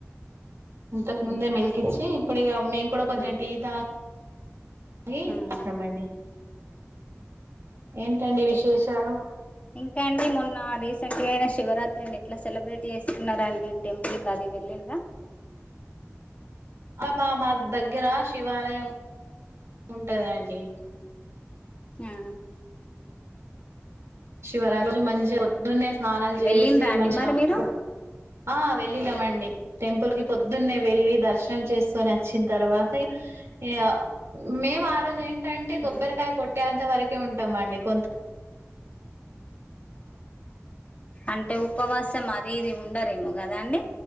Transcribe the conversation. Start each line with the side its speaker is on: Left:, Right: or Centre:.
Right: ఇంతకు ముందే మిల్క్ ఇచ్చి ఇప్పుడు ఇగ మేం కూడా కొంచెం
Left: మ్మ్.
Right: టీ దా గి
Left: మ్మ్.
Right: వచ్చినమండి ఏంటండి విశేషాలు
Left: ఇంకా అండి మొన్న రీసెంట్ గా అయిన శివరాత్రిని ఎట్లా సెలబ్రేట్ చేస్తున్నండి టెంపుల్ కది వెళ్ళిందా
Right: అబ్ ఆ మా దగ్గర శివాలయం ఉంటాదండి
Left: <unintelligible>
Right: శివరాత్రి <unintelligible> మంచిగా పొద్దున్నే స్నానాలూ చేసి
Left: వెళ్ళిండ్రా అండి
Right: మంచి
Left: మరి మీరు
Right: <unintelligible> ఆ వెళ్ళినం అండి టెంపుల్ కి పొద్దున్నే వెళ్ళి దర్శనం చేసుకొని అచ్చిన తరవాతే <unintelligible> మేం ఆ రోజు ఏం టంటే కొబ్బరికాయ
Left: ఉమ్
Right: కొట్టేంత వరకే ఉంటాం అండి కొంత్
Left: అంటే ఉపవాసం అది ఇది ఉండరేమో గదా అండి